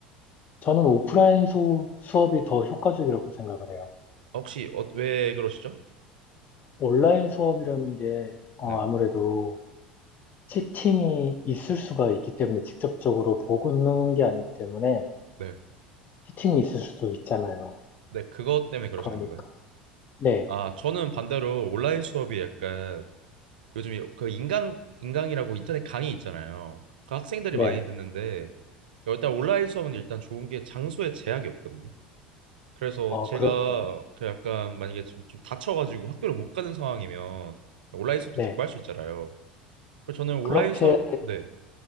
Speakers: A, on the left; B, on the right.
A: 저는 오프라인 수, 수업이 더 효과적이라고 생각을 해요.
B: 혹시 어, 왜 그러시죠?
A: 온라인 수업이라는 게 어,
B: 네
A: 아무래도 치팅이 있을 수가 있기 때문에 직접적으로 보는 게 아니기 때문에
B: 네.
A: 치팅이 있을 수도 있잖아요.
B: 네, 그것 때문에 그러시는
A: 그러니까.
B: 건가요?
A: 네.
B: 아, 저는 반대로 온라인 수업이 약간 요즘에 그 인강, 인강이라고 인터넷 강의 있잖아요. 그 학생들이
A: 네,
B: 많이 듣는데 일단 온라인 수업은 일단 좋은 게 장소에 제약이 없거든요. 그래서
A: 어,
B: 제가
A: 그렇죠.
B: 그 약간 만약에 좀, 좀 다쳐가지고 학교를 못 가는 상황이면 온라인 수업도
A: 네,
B: 듣고 할 수 있잖아요. 그래서 저는 온라인
A: 그렇게,
B: 수업, 네,